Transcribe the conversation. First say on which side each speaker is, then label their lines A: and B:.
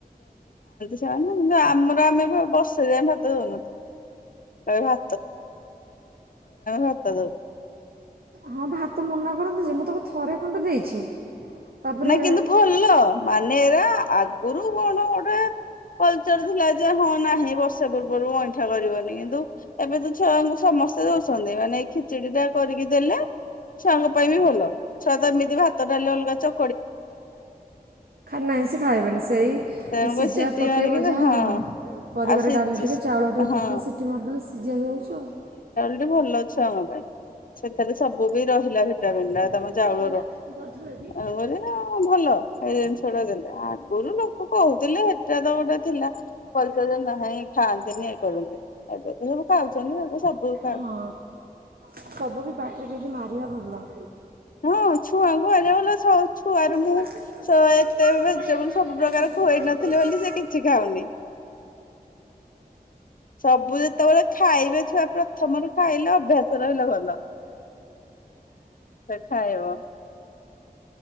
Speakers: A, on the left; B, on the right.
A: ସେମାନେ କିନ୍ତୁ ଆମର ଆମେ ବି ବ। <inaudible> ଜନ୍ମଦିନ ପରେ ଆମେ ଭାତ ଦଉ।
B: ହଁ ଭାତ ମନା କରନ୍ତି ଯେ ମୁଁ ତାକୁ ଥରେ ଖଣ୍ଡ ଦେଇଛି। ତାପରେ
A: ନାଁ କିନ୍ତୁ ଭଲ ମାନେ ଏରା ଆ ଗୁରୁ କଣ? ଆ କଲଚର ଥିଲା ଯେ ହଁ ନାହିଁ ବର୍ଷେ ପୂର୍ବରୁ ଅଇଁଠା କରିବନି କିନ୍ତୁ ଏବେ ତ ଛୁଆଙ୍କୁ ସମସ୍ତେ ଦଉଚନ୍ତି ମାନେ ଖିଚିଡି ଟା କରିକି ଦେଲେ ଛୁଆଙ୍କ ପାଇଁ ବି ଭଲ। ଛୁଆ ତ ଭାତ ଡ଼ାଲି ଅଲଗା ଚ
B: ନାଇଁ ସେ ଖାଇବେନି ସେଇ
A: ତେଣୁକରି
B: ସିଜା
A: ସିଟି
B: ପକେଇବ
A: ମାରିକି
B: ଯାହା
A: ହଁ
B: ପରିବାରେ
A: ଆଉ ସେ
B: ଡାଲି ଟିକେ ଚାଉଳ ଟିକେ
A: ହଁ
B: ପକେଇ ସିଟି ମାରଦେଲେ <inaudible>
A: ଅଟା ଭଲ ଛୁଆ ହୁଅନ୍ତା ସେଟରେ ସବୁ ରହିଲା ଭିଟାମିନ
B: ପାଠ
A: ଆ ତମ ଚାଉଳର
B: ପଢ଼ିବି ନା ମୁଁ ଗଧ ହେବି।
A: ଏ ଭଲ ଏଇ ଜିନିଷ ଟା ଦେଲ, ଆଗରୁ ଲୋକ କହୁଥିଲେ ସେଟା ତ ଗୋଟେ ଥିଲା ପରିଚୟ ନା ନାଇଁ ଖାଆନ୍ତିନି ଇଏ କରନ୍ତିନି। <unintelligible> ଖାଉଛନ୍ତି ଏଡ଼େ ସବୁ ଖାଉଛନ୍ତି
B: ହଁ ସବୁ ବି ପାଟିରେ ଟିକେ ଟିକେ ମାରିବା ଭଲ।
A: ହଁ ଛୁଆ କୁହା ଆଜ କାଲ ସଉ ଛୁଆର
B: ବେପାର
A: ମୁଁ
B: କରିପାରୁନି
A: ଏତେ ଭେଜିଟେବୁଲ
B: ପଳେଇ ଆସିଲାଣି
A: ସବୁ
B: ଦୋକାନ
A: ପ୍ରକାର
B: ମାନଙ୍କରୁ
A: ଖୁଏଇ
B: ବଡ଼
A: ନଥିଲି
B: ଝିଅ ଅଛି।
A: ବୋଲି ସେ କିଛି ଖାଉନି। ସବୁ ଯେତେବେଳେ ଖାଇବେ ଛୁଆ ପୁରା ଛମରୁ ଖାଇଲେ ଅଭ୍ୟାସ ରହିଲେ ଭଲ। ଛୁଆ ଖାଇବ